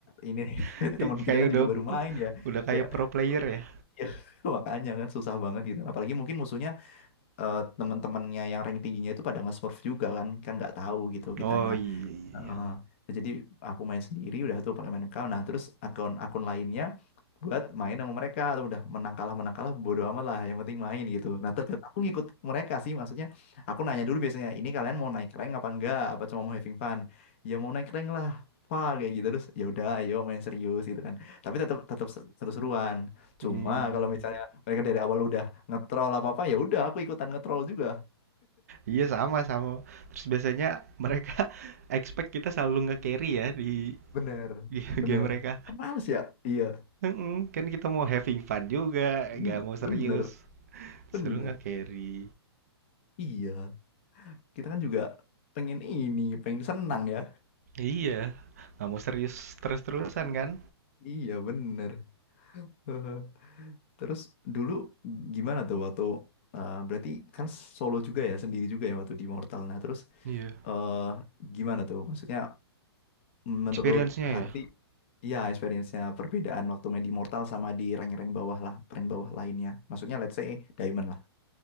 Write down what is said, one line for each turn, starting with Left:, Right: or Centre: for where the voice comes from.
Left: ini
Right: <laughs>
Left: <laughs> teman
Right: kayak
Left: kita kan
Right: udah
Left: juga baru main ya
Right: udah kayak
Left: kayak
Right: pro player ya
Left: ya <laughs> makanya kan susah banget gitu apalagi mungkin musuhnya eh, teman-temannya yang rank tingginya itu pada nge-smurf juga kan kan nggak tahu gitu kitanya
Right: oh iya iya
Left: Heeh.
Right: iya
Left: Nah, jadi aku main sendiri udah tuh pakai main account. Nah, terus akun-akun lainnya buat main sama mereka atau udah menang kalah menang kalah bodo amat lah yang penting main gitu. Nah, terkadang aku ngikut mereka sih maksudnya aku nanya dulu biasanya ini kalian mau naik rank apa enggak apa cuma mau having fun? Ya mau naik rank lah. Pak kayak gitu terus ya udah ayo main serius gitu kan. Tapi tetap tetap seru-seruan.
Right: Hmm.
Left: Cuma kalau misalnya mereka dari awal udah ngetrol apa-apa ya udah aku ikutan ngetrol juga.
Right: Iya sama sama. Terus biasanya mereka <laughs> expect kita selalu nge-carry ya di
Left: Bener.
Right: <laughs> di
Left: Bener.
Right: game mereka.
Left: Kan males ya? Iya.
Right: Mm-mm, kan kita mau having fun juga,
Left: Hmm,
Right: nggak mau
Left: bener.
Right: serius.
Left: Bener.
Right: Seru nge-carry.
Left: Iya. Kita kan juga pengen ini, pengen senang ya.
Right: Iya, nggak mau serius terus-terusan
Left: I-
Right: kan?
Left: Iya, bener. Hehe. Terus dulu gimana tuh waktu eh, berarti kan solo juga ya, sendiri juga ya waktu di Mortal. Nah, terus
Right: Iya.
Left: eh gimana tuh? Maksudnya menurut
Right: Experience-nya
Left: Harvey,
Right: ya.
Left: iya experience-nya perbedaan waktu main di Mortal sama di rank-rank bawah lah, rank bawah lainnya. Maksudnya let's say Diamond lah.